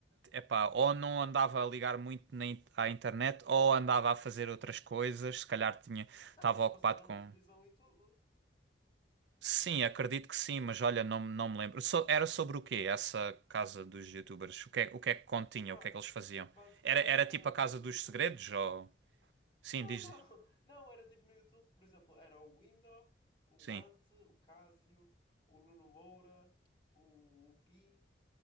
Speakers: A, on the right; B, on the left.
A: epá, ou não andava a ligar muito na in- à internet, ou andava a fazer outras coisas, se calhar tinha, estava
B: Ah, eles passaram
A: ocupado com...
B: na televisão e tudo.
A: Sim, acredito que sim, mas olha, não, não me lembro. So- era sobre o quê, essa casa dos youtubers? O que é, o que é que continha?
B: É pá,
A: O que é que
B: n-
A: eles faziam?
B: basicamente
A: Era, era
B: eram
A: tipo a casa
B: vários
A: dos
B: YouTubers.
A: segredos, ou... Sim,
B: Não,
A: diz.
B: não, <laughs> não, era tipo no YouTube, por exemplo, era o Window, o
A: Sim,
B: Ante, o Casio, o Nuno Moura, o, o Pi.